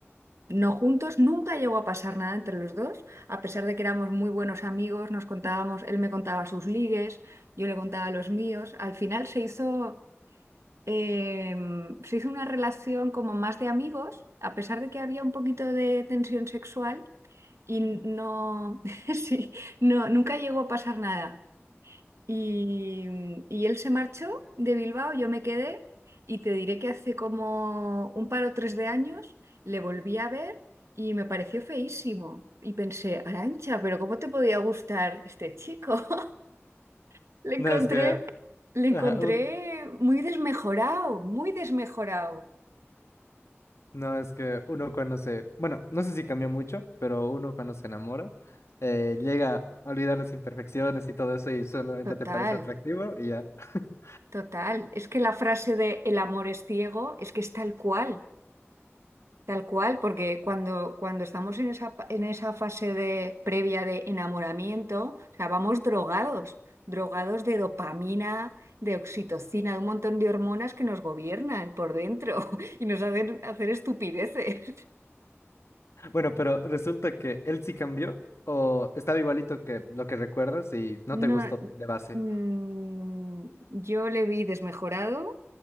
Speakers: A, on the right (about 80°); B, on the left (about 75°).
A: no juntos, nunca llegó a pasar nada entre los dos, a pesar de que éramos muy buenos amigos, nos contábamos, él me contaba sus ligues, yo le contaba los míos. Al final se hizo, eh, se hizo una relación como más de amigos, a pesar de que había un poquito de tensión sexual y no, <laughs> sí, no, nunca llegó a pasar nada. Y, mm, y él se marchó de Bilbao, yo me quedé y te diré que hace como un par o tres de años le volví a ver y me pareció feísimo. Y pensé, Arancha, pero ¿cómo te podía gustar este chico? <laughs> Le
B: No
A: encontré,
B: es que,
A: le encontré
B: ajá, un-
A: muy desmejorado, muy desmejorado.
B: no es que uno cuando se, bueno, no sé si cambia mucho, pero uno cuando se enamora, eh, llega a olvidar las imperfecciones y todo eso y solamente
A: Total,
B: te parece atractivo y ya. <laughs>
A: total. Es que la frase de el amor es ciego es que es tal cual. Tal cual, porque cuando, cuando estamos en esa, pa- en esa fase de, previa de enamoramiento, o sea, vamos drogados, drogados de dopamina, de oxitocina, de un montón de hormonas que nos gobiernan por dentro <laughs> y nos hacen hacer estupideces. <laughs>
B: Bueno, pero resulta que él sí cambió o estaba igualito que lo que recuerdas y no
A: No,
B: te gustó de base.
A: mm, yo le vi desmejorado,